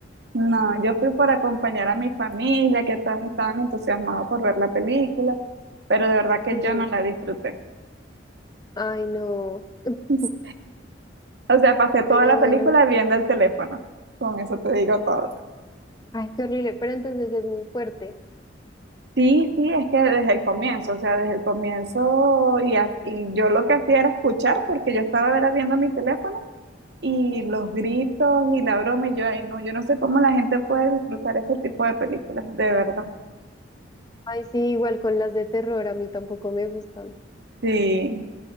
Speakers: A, on the right; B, on the left.
A: no, yo fui por acompañar a mi familia, que todos estaban entusiasmados por ver la película, pero de verdad que
B: Sí.
A: yo no la disfruté.
B: Ay, no. <laughs>
A: <laughs> Sí. O sea, pasé toda
B: Pero
A: la
B: bueno.
A: película viendo el teléfono. Con eso te digo todo.
B: Ay, qué horrible. Pero entonces es muy fuerte.
A: Sí, sí, es que desde el comienzo, o sea, desde el comienzo y, ha- y yo lo que hacía era escuchar porque yo estaba era viendo mi teléfono y
B: Sí.
A: los gritos y la broma y yo, ay, no, yo no sé cómo la gente puede disfrutar ese tipo de películas, de verdad.
B: Ay, sí, igual con las de terror, a mí tampoco me gustan.
A: Sí.